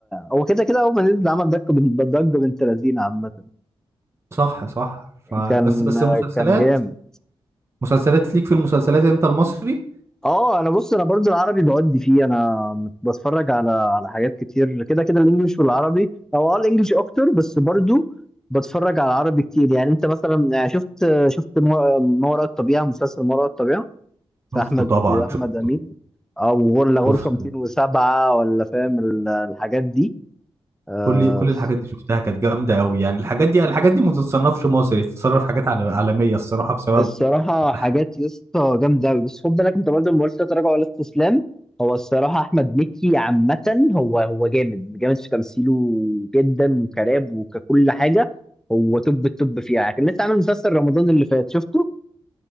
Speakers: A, in the centre; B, on the right.
A: هو كده كده اول ما نزل عمل ضجه بنت- ضجه بنت لذينه عامه
B: صح صح فبس
A: كان
B: بس المسلسلات
A: كان جامد
B: مسلسلات ليك في المسلسلات انت المصري
A: اه انا بص انا برضو العربي بودي فيه انا بتفرج على على حاجات كتير كده كده الانجليش والعربي او اه الانجليش اكتر بس برضو بتفرج على العربي كتير يعني انت مثلا يعني شفت شفت ما ما وراء الطبيعة مسلسل ما وراء الطبيعة
B: شفته
A: في احمد
B: طبعا
A: احمد
B: شفته
A: امين او غرلة غرفة
B: شفته
A: 207 ولا فاهم ال- الحاجات دي آه،
B: كل كل الحاجات دي شفتها كانت جامده قوي يعني الحاجات دي الحاجات دي ما تتصنفش مصري تتصنف حاجات عال- عالميه الصراحه بسبب
A: الصراحة
B: <laughs>
A: حاجات يا اسطى جامدة أوي بس خد بالك أنت برضه ما قلتش لا تراجع ولا استسلام هو الصراحة أحمد مكي عامة هو هو جامد جامد في تمثيله جدا وكراب وككل حاجة هو توب التوب فيها يعني كان لسه عامل مسلسل رمضان اللي فات شفته؟